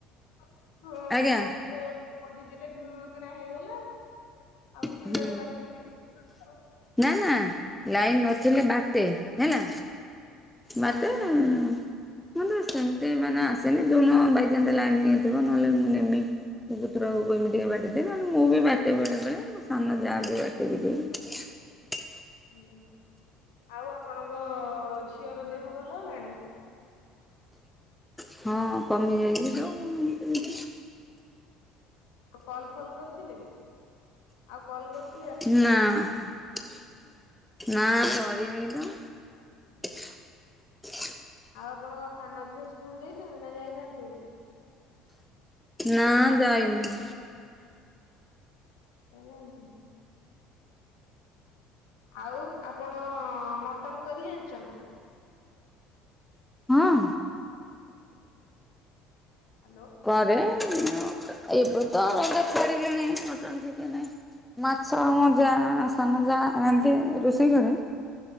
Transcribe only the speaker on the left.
<unintelligible> ହଁ
ମୋତେ ପୋଡ଼ିଦେଲେ ଘୁଁ କିନା ହେଇଗଲା। ଆଉ
ଶିଳରେ ବାଟିଲେ ଟିକେ
ଆଜ୍ଞା।
ହଇରା ଆଉ ଆପଣଙ୍କ ଝିଅର ଦେହ ଭଲ ହେଲାଣି?
ଆ କଲ୍ ଫଲ୍ କରିଥିଲେ ଆଉ କଲ୍ କରିଥି
ଆଉ ଆପଣଙ୍କ ସାନ ଝିଅ ସ୍କୁଲ ଯାଇଛନ୍ତି ନା ଯାଇନାହାନ୍ତି ଆଜି?
ଯାଇନାହାନ୍ତି? ଆଉ ଆପଣ ମଟନ କରି ଜାଣିଛନ୍ତି?
ହ୍ୟାଲୋ।